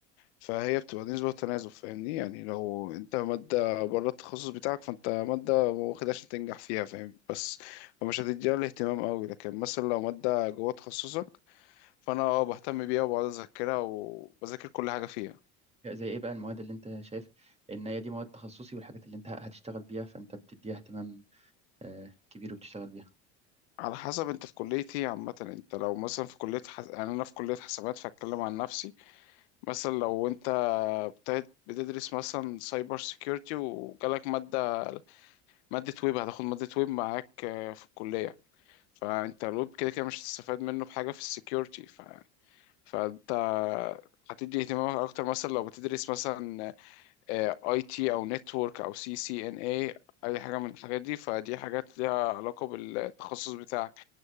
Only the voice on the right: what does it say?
زي ايه بقى المواد اللي انت شايف ان هي دي مواد تخصصي والحاجات اللي انت هتشتغل بيها فانت بتديها اهتمام آه، كبير وبتشتغل بيها